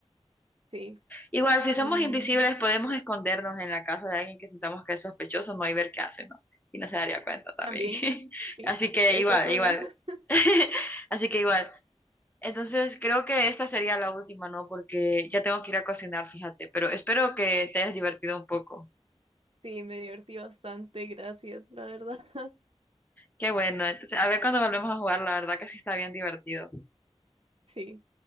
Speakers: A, on the right (about 60°); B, on the left (about 15°).
A: sí.
B: Igual, si
A: Mm,
B: somos invisibles, podemos escondernos en la casa de alguien que sintamos que es sospechoso, no y ver qué hace, ¿no? Y no se daría cuenta también.
A: también,
B: <laughs>
A: sí.
B: Así que
A: Esa
B: igual,
A: es una.
B: igual.
A: <laughs>
B: <laughs> Así que igual. Entonces creo que esta sería la última, ¿no? Porque ya tengo que ir a cocinar, fíjate, pero espero que te hayas divertido un poco.
A: Sí, me divertí bastante, gracias, la verdad. <laughs>
B: Qué bueno, entonces a ver cuando volvemos a jugar, la verdad que sí está bien divertido.
A: Sí.